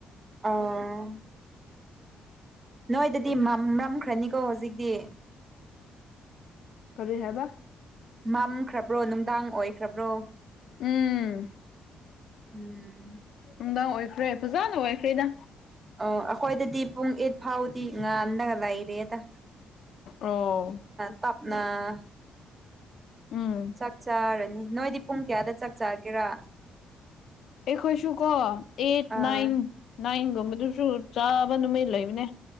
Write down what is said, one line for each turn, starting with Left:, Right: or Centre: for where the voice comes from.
Right: ꯑꯥ ꯅꯣꯏꯗꯗꯤ ꯃꯝ ꯃꯝꯈ꯭ꯔꯅꯤꯀꯣ ꯍꯧꯖꯤꯛꯇꯤ
Left: ꯀꯔꯤ ꯍꯥꯏꯕ
Right: ꯃꯝꯈ꯭ꯔꯕ꯭ꯔꯣ ꯅꯨꯡꯗꯥꯡ ꯑꯣꯏꯈ꯭ꯔꯕ꯭ꯔꯣ
Left: ꯎꯝ
Right: ꯎꯝ
Left: ꯅꯨꯡꯗꯥꯡ ꯑꯣꯏꯈ꯭ꯔꯦ ꯐꯖꯟꯅ ꯑꯣꯏꯈ꯭ꯔꯦꯗ
Right: ꯑꯥꯎ ꯑꯩꯈꯣꯏꯗꯗꯤ ꯄꯨꯡ ꯑꯩꯠ ꯐꯥꯎꯗꯤ ꯉꯥꯟꯂꯒ ꯂꯩꯔꯦꯗ
Left: ꯑꯣ
Right: ꯇꯞꯅꯥ
Left: ꯎꯝ
Right: ꯆꯥꯛ ꯆꯥꯔꯅꯤ ꯅꯣꯏꯗꯤ ꯄꯨꯡ ꯀꯌꯥꯗ ꯆꯥꯛ ꯆꯥꯒꯦꯔꯥ
Left: ꯑꯩꯈꯣꯏꯁꯨ ꯀꯣ ꯑꯩꯠ
Right: ꯑꯥ
Left: ꯅꯥꯏꯟ ꯅꯥꯏꯟ ꯒꯨꯝꯕꯗꯨꯁꯨ ꯆꯥꯕ ꯅꯨꯃꯤꯠ ꯂꯩꯕꯅꯦ